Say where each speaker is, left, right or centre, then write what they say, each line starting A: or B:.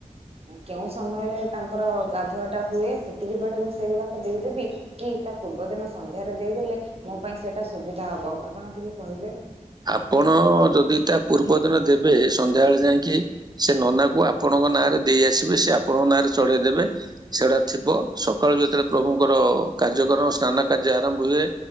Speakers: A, on the right; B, on the right.
A: କେଉଁ ସମୟରେ ତାଙ୍କର ଗାଧୁଆ ଟା ହୁଏ ସେତିକି ବେଳେ ମୁଁ ସେଇଗୁଡା ଦେଇଦେବି କି ତା ପୂର୍ବ ଦିନ ସନ୍ଧ୍ୟାରେ ଦେଇଦେଲେ ମୋ ପାଇଁ ସେଇଟା ସୁବିଧା ହେବ ଆପଣ ଟିକିଏ କହିଲେ
B: ଆପଣ ଯଦି ତା ପୂର୍ବ ଦିନ ଦେବେ ସନ୍ଧ୍ୟା ବଳେ ଯାଇକି ସେ ନନାକୁ ଆପଣଙ୍କ ନାଁରେ ଦେଇ ଆସିବେ ସେ ଆପଣଙ୍କ ନାଁରେ ଚଢେଇ ଦେେବେ ସେଗୁଡା ଥିବ ସକାଳୁ ଯେତେବେଳେ ପ୍ରଭୁଙ୍କର କାର୍ଯ୍ୟକ୍ରମ ସ୍ନାନ କାର୍ଯ୍ୟ ଆରମ୍ଭ ହୁଏ